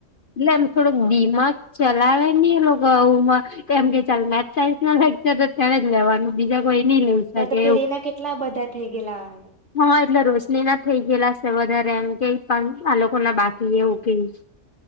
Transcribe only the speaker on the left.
એટલે એમ, થોડોક દિમાગ ચલાવે ની. એ લોકો એવુમાં. ત એમ કે ચાલ મેથ-સાયન્સ ના લેક્ચર તો તેણે જ લેવાનું. બીજા કોઈ ની લઈ શકે
હ. એટલે રોશની ના થઈ ગયેલા છે વધારે એમ કે. પણ આ લોકો ના બાકી એવું કેધુ છે.